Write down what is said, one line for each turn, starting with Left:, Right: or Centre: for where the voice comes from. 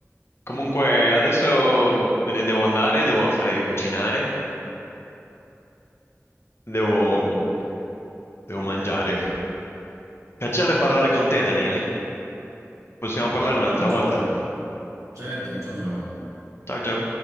Left: comunque adesso mm, me ne devo andare, devo fare cucinare, devo... mm, Devo mangiare. Piacere parlare con te, Daniele. Possiamo parlare un'altra
Right: Ciao,
Left: volta.
Right: ciao. Certo, ciao ciao.
Left: Ciao ciao.